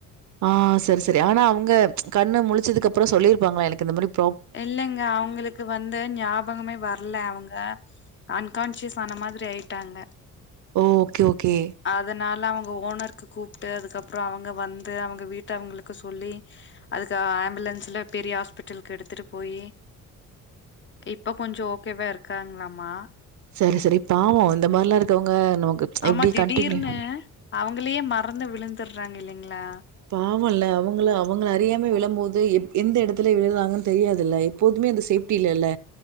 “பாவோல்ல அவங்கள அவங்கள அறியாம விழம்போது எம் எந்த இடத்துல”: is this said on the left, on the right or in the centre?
Right